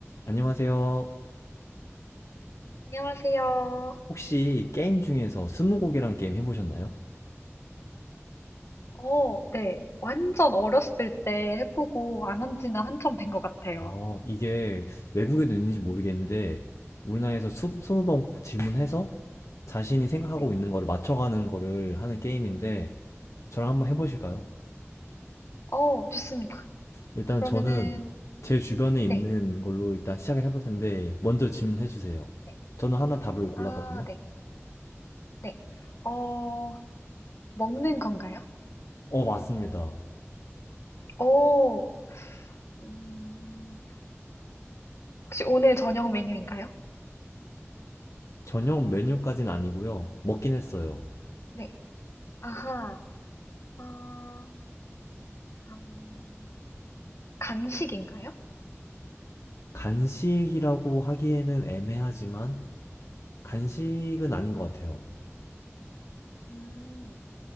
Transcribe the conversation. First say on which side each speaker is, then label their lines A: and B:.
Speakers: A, on the left (about 80°); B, on the left (about 65°).
A: 안녕하세요.
B: 안녕하세요.
A: 혹시 게임 중에서 스무고개란 게임 해보셨나요?
B: 어, 네. 완전 어렸을 때 해보고 안 한 지는 한참 된 것 같아요.
A: 아, 이게 외국에도 있는지 모르겠는데, 우리나라에서 수, 스무 번 질문해서 자신이 생각하고
B: 네.
A: 있는 거를 맞춰가는 거를 하는 게임인데, 저랑 한번 해보실까요?
B: 어, 좋습니다.
A: 일단
B: 그러면은,
A: 저는 제 주변에 있는
B: 네.
A: 걸로 일단 시작을 해볼 텐데, 먼저 질문해주세요.
B: 네.
A: 저는 하나 답을 골랐거든요.
B: 아, 네. 네. 어, 먹는 건가요?
A: 어, 맞습니다.
B: 어, 음, 혹시 오늘 저녁 메뉴인가요?
A: 저녁 메뉴까지는 아니고요. 먹긴 했어요.
B: 네. 아하. 아, 음, 간식인가요?
A: 간식이라고 하기에는 애매하지만, 간식은 아닌 것 같아요.
B: 음,